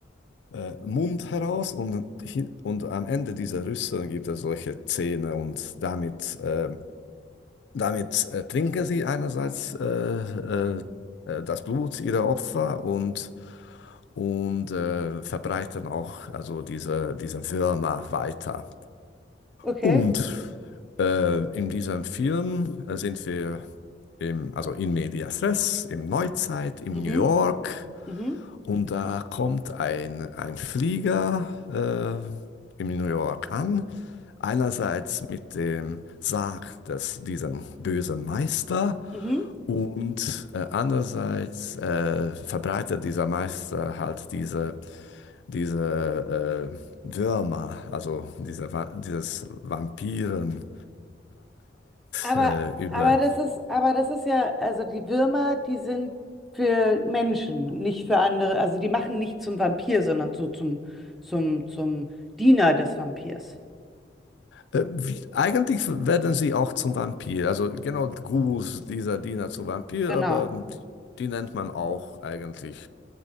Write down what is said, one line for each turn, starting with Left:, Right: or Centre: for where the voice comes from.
Left: äh, Mund heraus und, hin- und am Ende dieser Rüsseln gibt es solche Zähne und damit ähm, damit äh, trinken sie einerseits äh, äh, äh, das Blut ihrer Opfer und, und äh, verbreiten auch also diese, diese Würmer weiter.
Centre: Okay.
Left: Und äh, in diesem Film äh, sind wir im, also in medias res, im Neuzeit, in
Centre: Mhm,
Left: New York.
Centre: mhm,
Left: Und da kommt ein, ein Flieger äh, in New York an. Einerseits mit dem Sarg des, diesen bösen Meister
Centre: mhm.
Left: und äh, andererseits äh, verbreitet dieser Meister halt diese, diese äh, Würmer, also diese, Va- dieses Vampirenkrankheit
Centre: Aber,
Left: äh, über.
Centre: aber das ist, aber das ist ja, also die Würmer, die sind für Menschen, nicht für andere. Also die machen nicht zum Vampir, sondern so zum, zum, zum Diener des Vampirs.
Left: Äh, wie, eigentlich werden sie auch zum Vampir, also genau Gus, dieser Diener zu Vampir,
Centre: Genau.
Left: aber die, die nennt man auch eigentlich